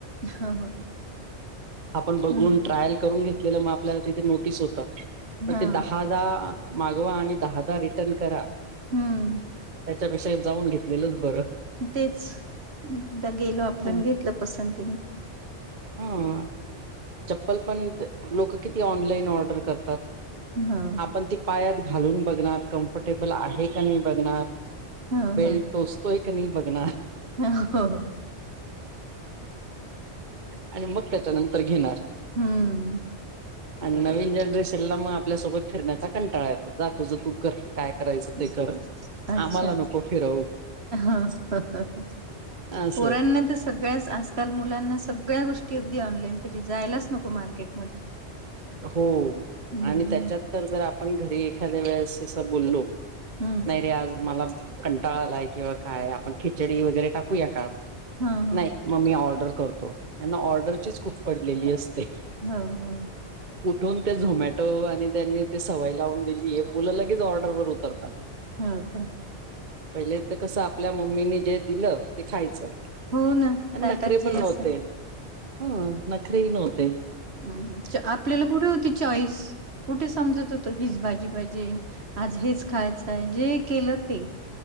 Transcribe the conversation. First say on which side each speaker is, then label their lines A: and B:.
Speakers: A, on the right (about 65°); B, on the right (about 45°).
A: हो हो.
B: आपण बघून
A: हम्म.
B: ट्रायल करून घेतलेल म आपल्याला तिथं नोटीस होत म
A: हा.
B: ते दहा दा मागवा आणि दहा दा रिटर्न करा.
A: हम्म.
B: त्याच्यापेक्षा जाऊन घेतलेलंच बरं.
A: तेच एकदा गेलो
B: हम्म
A: आपलन घेतलं पसंतीने.
B: हम्म. चप्पल पण ते लोक किती ऑनलाईन ऑर्डर करतात.
A: हा.
B: आपण ती पायात घालून बघणार कम्फर्टेबल आहे का नाही बघणार
A: ह
B: बेल्ट
A: ह.
B: टोचतोय की नाही बघणार.
A: <unintelligible> हो हो.
B: आणि मग त्याच्या नंतर घेणार.
A: हम्म.
B: आणि
A: बरोबर
B: नवीन जनरेश ला मग आपल्यासोबत फिरण्याचा कंटाळा येतो जा तूझ तू कर काय करायचं
A: आहे.
B: ते कर.
A: अच्छा
B: आम्हाला नको फिरवू
A: ह <unintelligible>
B: असंय
A: पोरांना तस सगळ्याच आजकाल मुलांना सगळ्या गोष्टी अगदी ऑनलाईन पाहिजे जायलाच नको मार्केटमध्ये.
B: हो
A: हम्म.
B: आणि त्याच्यात तर जर आपण घरी एखाद्या वेळेस असं बोललो
A: हम्म.
B: नाही रे आज मला कंटाळा आलाय किंवा काय आपण खिचडी वगैरे टाकूया का?
A: हां, हां.
B: नाही म मी ऑर्डर करतो यांना ऑर्डरचीच खूप पडलेली असते.
A: ह ह.
B: कुठून ते झोमॅटो आणि त्यांनी ते सवय लावून दिलीय मुलं लगेच ऑर्डरवर उतरतात.
A: हो का.
B: पहिले एकत कसं आपल्या मम्मीनी जे दिलं ते खायचं.
A: हो ना.
B: आणि
A: ताटात
B: नखरे
A: जे
B: पण नव्हते
A: असेल.
B: हम्म नखरेही नव्हते.
A: हम्म हम्म आपल्याला कुठे होती चॉईस कुठे समजत होत त हीच भाजी पाहिजे आज हेच खायचंय जे केलं ते.